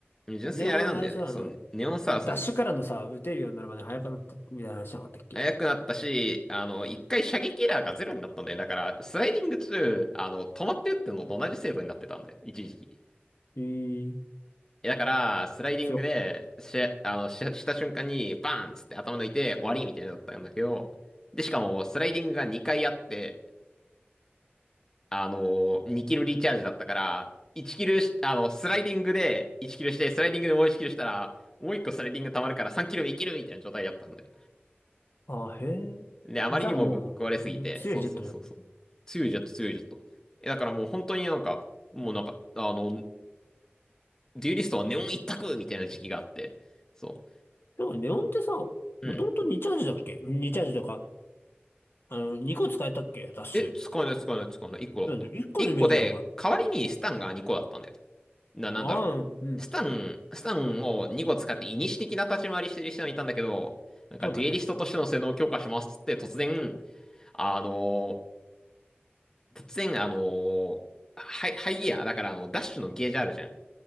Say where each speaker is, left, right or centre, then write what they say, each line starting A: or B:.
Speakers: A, on the left (about 15°); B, on the left (about 65°).
A: 純粋にあれなんだよね。
B: レオン、あれさ、
A: そう、
B: あの、
A: ネオンサー、そう、
B: ダッシュからのさ、打てるようになるまで早くなったみたいな話なかったっけ
A: 速くなったし、あの、一回射撃エラーがゼロになったんだよ。だから、スライディング中、あの、止まって打ってんのと同じ精度になってたんだよ。一時期。
B: ええ
A: えだから、スライディングで、
B: 強っ。
A: し、あの、し、した瞬間に、バーンっつって頭抜いて、終わりみたいになのだったんだけど、で、しかも、スライディングが2回あって、あの、2キルリチャージだったから、1キルし、あの、スライディングで1キルして、スライディングでもう1キルしたら、もう1個スライディング溜まるから3キル目いけるみたいな状態だったんだよ。
B: あ、へえ。
A: で、あまりにもぶっ壊れすぎて、
B: じゃあもう、うん強いジェットじゃん。
A: そうそうそうそう。強いジェット、強いジェット。え、だからもう本当になんか、もうなんか、あの、デュエリストはネオン一択みたいな時期があって、そ
B: でもネオンってさ、もともと2チャージだっけ
A: う。うん。
B: ?2 チャージとか、あの、2個使えたっけダッシュ。
A: え、使えない、使えない、使えない。1個だった。
B: なんで、1個のイメージだよ、
A: 1個で、
B: お前。
A: 代わりにスタンが2個だったんだよ。な、なんだろう。
B: ああ、うん。
A: スタン、スタンを2個使って、イニシ的な立ち回りしてる人もいたんだけど、なんか、
B: そうだね。
A: デュエリストとしての性能を強化しますっつって、突然、あの、突然、あの、ハイ、ハイギア、だからあの、ダッシュのゲージあるじゃん。